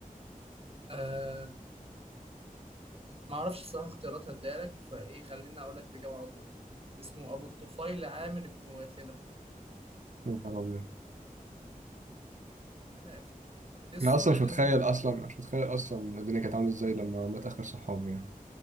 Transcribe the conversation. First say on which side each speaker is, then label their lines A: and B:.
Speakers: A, on the right; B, on the right.
A: أه ما اعرفش الصراحة اختيارات هديها لك فايه خليني اقول لك الاجابة على طول اسمه ابو الطفيل عامر بن واثلة
B: يا نهار أبيض
A: من الاخر ايه السورة
B: أنا أصلا مش
A: اللي
B: متخيل
A: نزلت
B: أصلا مش متخيل أصلا الدنيا كانت عاملة إزاي لما مات آخر صحابي يعني